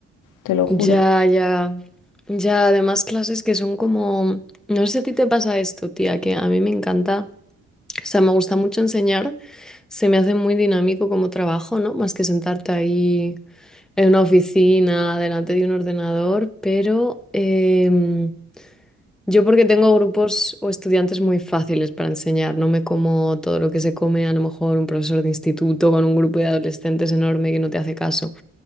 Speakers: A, on the left; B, in the centre.
A: te lo juro.
B: Ya, ya, ya, además clases que son como, no sé si a ti te pasa esto, tía, que a mí me encanta, o sea, me gusta mucho enseñar, se me hace muy dinámico como trabajo, ¿no? Más que sentarte ahí en una oficina, delante de un ordenador, pero em, Yo porque tengo grupos o estudiantes muy fáciles para enseñar, no me como todo lo que se come a lo mejor un profesor de instituto con un grupo de adolescentes enorme que no te hace caso.